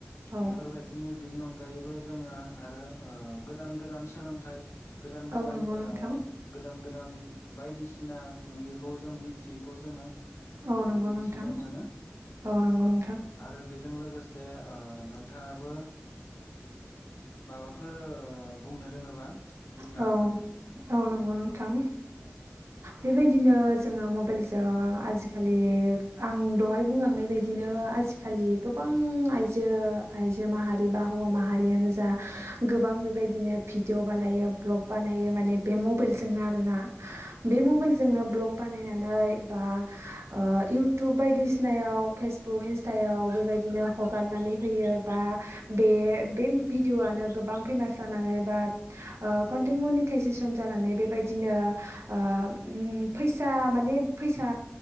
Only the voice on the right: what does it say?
औ
औ
नंगौ नोंथां
औ
नंगौ
नोंथां
औ नंगौ नोंथां
औ
औ नंगौ नोंथां बेबायदिनो जोङो मबाइलजों आजिखालि आं। दहाय बुंलांनाय बायदिनो आजिखालि गोबां आइजो आइजो माहारि बा हौवा माहारि। हारियानो जा गोबां बेबायदिनो भिडिअ बानायो भ्लग बानायो माने बे मबाइलजोंनो आरोना। बे
मबाइलजोंनो ब्लक। बानायनानै बा ओ इउटुब बायदिसिनायाव फेसबुक इन्सथायाव बे बायदिनो हगारनानै होयो बा बे बे। भिदिअ'आनो गोबां फेमास जानानै बा कन्टेन्ट मनिटाइजेसन जानानै बेबायदिनो ओ फैसा माने फैसा